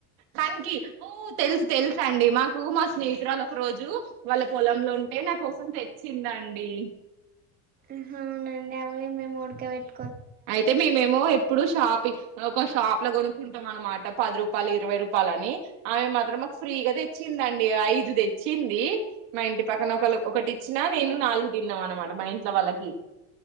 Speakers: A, on the right; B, on the right.
A: కంకీ ఓ తెలుసు తెలుసు అండి మాకు మా స్నేహితురాలు ఒక రోజు వాళ్ల పొలంలో ఉంటే నా కోసం తెచ్చిందండి.
B: ఆహా అవునా అండి అవే మేము ఉడకావబెట్
A: అయితే మేమేమో ఇప్పుడు షాపి ఒక షాప్ లో కొనుకున్ టాం అన్నమాట పది రూపాయలు ఇరవై రూపాయలు అని, ఆమె మాత్రం మాకు ఫ్రీగా తెచ్చిందండి ఐదు తెచ్చి ఇంది మా ఇంటి పక్కన ఒకళ్లు ఒకటి ఇచ్చినా నేను నాలుగు తిన్నాం అన్నమాట మా ఇంట్లో వాళ్లకి.